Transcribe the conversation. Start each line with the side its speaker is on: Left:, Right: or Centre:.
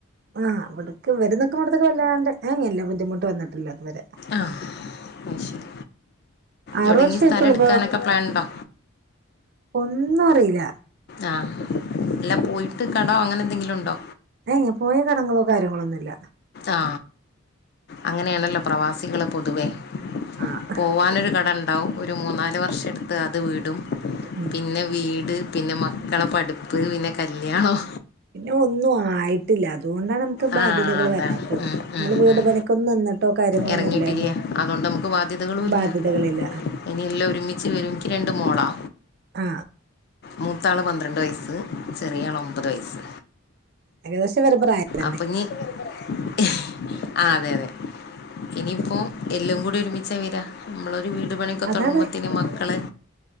Right: ആ അവിടക്ക് വരുന്നക് വല്ലാണ്ടെ ല്ല ബുദ്ധിമുട്ട് വന്നിട്ടില്ല അതുവരെ.
Left: ആ ശരി
Right: ആറ്
Left: എവിടെങ്കി
Right: വർഷായിട്ടുള്ളൂ
Left: സ്ഥലം
Right: ഇപ്പൊ
Left: ഇട്ക്കാനൊക്കെ പ്ലാൻണ്ടോ?
Right: ഒന്നും അറില്ല.
Left: ആ എല്ലാ പോയിട്ട് കടോ അങ്ങനെ എന്തെങ്കിലും ഉണ്ടോ?
Right: ഏ പോയ കടങ്ങളോ കാര്യങ്ങളോ ഒന്നുഇല്ല.
Left: ആ അങ്ങനെയാണല്ലോ പ്രവാസികള് പൊതുവേ.
Right: ആഹ്
Left: പോവാനൊരു കട ഉണ്ടാവും ഒരു മൂന്നാല് വര്ഷ എടുത്ത് അത് വീ, ട്ടും
Right: ഉം
Left: പിന്നെ വീട് പിന്നെ മക്കളെ പഠിപ്പ് പിന്നെ കല്യാണം
Right: പിന്നെ ഒന്നും ആയിട്ടില്ല അ അതുകൊണ്ടാണ് നമുക്ക് ബാധ്യതകൾ
Left: ആ അതാണ്
Right: വരാത്തത്
Left: ഉം,
Right: നമ്മൾ
Left: ഉം,
Right: വീട്
Left: ഉം.
Right: പണിക്കൊന്നും നിന്നിട്ടോ കാര്യങ്ങളൊന്നും
Left: ഇറങ്ങിയിട്ടില്ല
Right: ഇല്ലല്ലോ.
Left: അതുകൊണ്ട് നമുക്ക് ബാധ്യതകളും ഇല്ല
Right: ബാധ്യതക ളില്ല.
Left: ഇനി എല്ലാം ഒരുമിച്ച് വരുമ ഇൻക്ക്ക് രണ്ട് മോളാ.
Right: ആ
Left: മൂത്താള് പന്ത്രണ്ട് വയസ്സ് ചെറിയ ആൾ ഒമ്പത് വയസ്സ്.
Right: ഏകദേശം ഇവരെ പ്രായം തന്നെ
Left: അപ്പൊഞ്ഞി ഹ് ആ അതെ അതെ ഇനിയിപ്പോൾ എല്ലാം കൂടി ഒരുമിച്ചാ വെരാ നമ്മളൊരു വീട് ഒരു പണികെ
Right: അതവർ
Left: തോടങ്ങുമ്പോതിന് മക്കള്.